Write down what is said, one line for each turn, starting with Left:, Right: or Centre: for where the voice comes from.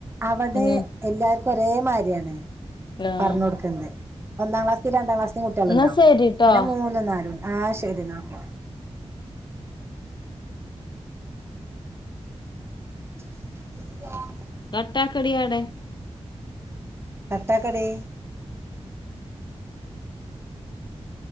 Right: അവടെ
Left: ഉം
Right: എല്ലാർക്കൊരേമാര്യാണ്
Left: ആഹ്
Right: പറഞ്ഞൊടുക്ക്ന്നത് ഒന്നാം ക്ലാസിലേം രണ്ടാം ക്ലാസിലേം കുട്ടികളുണ്ടാവും
Left: എന്നാ ശരിട്ടോ
Right: പിന്നെ മൂന്നും നാലും ആ ശരി എന്ന ഓക്കെ <inaudible>
Left: കട്ടാക്കടീയാടേ
Right: കട്ടാക്കെടീ